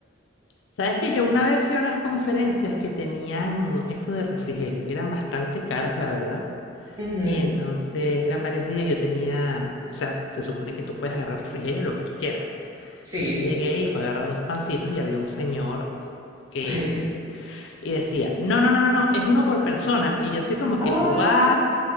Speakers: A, on the left; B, on the right.
A: Sabes que yo una vez fui a unas conferencias que tenían esto de refrigerio, y eran bastante caras, la verdad.
B: Ujú,
A: Y entonces eran varios días, yo tenía, o sea, se supone que tú puedes agarrar refrigerio lo que tú quieras.
B: Sí.
A: Entonces yo llegué y fue a agarrar dos pancitos y había un señor eh, que
B: Ay, Dios.
A: y decía, "No, no, no, no, no, es uno por persona." Y yo así como
B: Ah,
A: que, "What?"